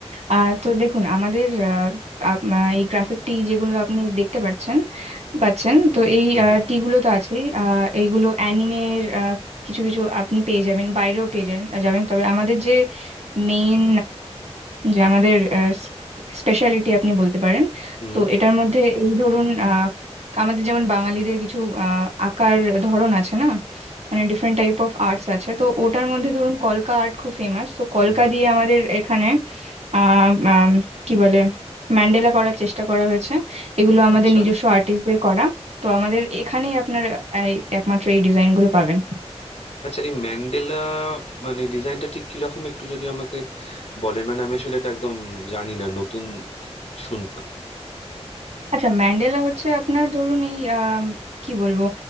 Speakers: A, on the right; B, on the left.
A: আহ তো দেখুন আমাদের আহ, আপ- আহ, এই গ্রাফিক টি যেগুলো আপনি দেখতে পাচ্ছেন পাচ্ছেন তো এই
B: হ্যাঁ
A: টি গুলো তো আছেই আহ, এইগুলো অ্যানিমের কিছু কিছু আপনি পেয়ে যাবেন বাইরেও পেয়ে যাবেন যাবেন তবে আমাদের যে মেইন যে আমাদের স্পেশালিটি আপনি বলতে পারেন
B: হুম
A: তো এটার মধ্যে এই ধরুন আহ, আমাদের যেমন বাঙালিদের কিছু আহ, আঁকার ধরন আছে না মানে ডিফারেন্ট টাইপ অফ আর্টস আছে তো ওটার মধ্যে ধরুন কলকা আর্ট খুব ফেমাস তো কলকা
B: হুম
A: দিয়ে আমাদের এখানে আহ আম, কি বলে ম্যান্ডেলা করার চেষ্টা করা হয়েছে এগুলো আমাদের
B: আচ্ছা
A: নিজস্ব আর্টিস্টদের করা তো আমাদের এখানেই আপনার এই একমাত্র এই ডিজাইনগুলো পাবেন
B: আচ্ছা এই ম্যান্ডেলা মানে ডিজাইনটা ঠিক কিরকম একটু যদি আমাকে বলেন মানে আমি আসলে এটা একদম জানি না নতুন শুনলাম
A: আচ্ছা ম্যান্ডেলা হচ্ছে আপনার ধরুন এই আম, কি বলবো